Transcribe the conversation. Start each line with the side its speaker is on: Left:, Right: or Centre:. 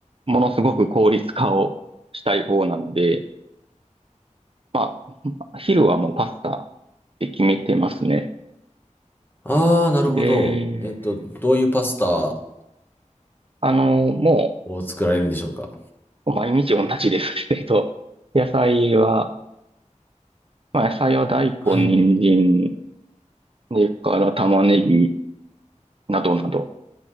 Right: ものすごく効率化をしたい方なので、まあ、昼はもうパスタって決めてますね。
Left: ああ、なるほど。
Right: で、
Left: えっと、どういうパスタ
Right: あの、も
Left: を作られるんでしょうか。
Right: う、毎日同じです。<laughs> えっと、<laughs> 野菜は、まあ野菜は大根、
Left: はい。
Right: 人参、それから玉ねぎなどなど。